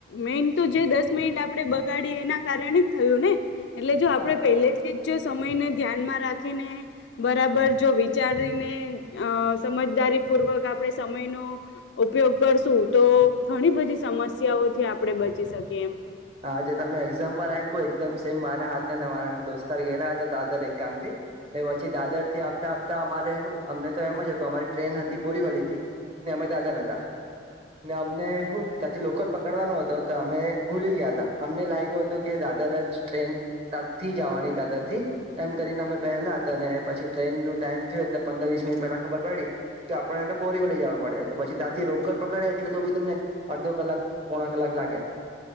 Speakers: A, on the left; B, on the right.
A: મેન તો જે દસ મિનિટ આપડે બગાડ બગાડી એના કારણે જ થયું ને એટલે જો
B: હા
A: આપે પહેલેથી જ જો સમય ધ્યાનમાં રાખીને બરાબર જો વિચારીને સમજદારીપૂર્વક આપ આપણે સમયનો ઉપયોગ કરશું તો ઘણી બધી સમસ્યાઓથી આપણે બચી શકીએ એમ
B: હાજ તમે એક્ઝામ્પલ આપ્યો એકદમ મારા હતાને મારા મેં દોસ્તાર ગેલા હતા દાદર એક કામ થી પછી દાદર થી આવતા આવતા અમારા રહું અમને તો એમ જ હતું અમારી ટ્રેન હતી બોરીવલી થી ને અમામે દાદર હતા ને અમને હું ત્યાંથી લોકલ પકડવાનો હતો તો અમે ભૂલી ગયા તા અમને લાગ્યું હતું કે દાદર જ ટ્રેન તા થી જવાની દાદર થી એમ કરીને અમે પહેલા હતા અને પછી ટ્રેનનું ટાઈમ થયયો એટલે પંદર વીસ મિનટ પલા ખબર પડી કે આપડણે તો બોરી વલી જવા પડે તો પછી ત્યાંથી રોકડ પકડે એટલે તો ભી તમને અડધો કલાક પોણા કલાક લાગે